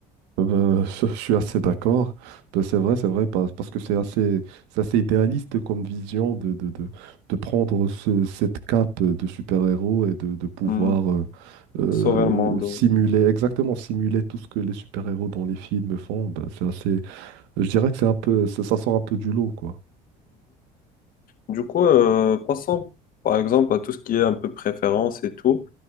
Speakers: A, on the right (about 80°); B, on the left (about 50°).
A: Euh, <laughs> je, je suis assez d'accord. Ben, C'est vrai, c'est vrai, parce parce que c'est assez, c'est assez idéaliste comme vision de, de, de, de prendre ce- cette cape de super-héros et de, de pouvoir
B: Mhm.
A: euh, euh,
B: Sauver le monde.
A: simuler, exactement simuler tout ce que les super-héros dans les films font. Ben, c'est assez, je dirais que c'est un peu, ça, ça sort un peu du lot, quoi.
B: Du coup, euh, passons par exemple à tout ce qui est un peu préférence et tout.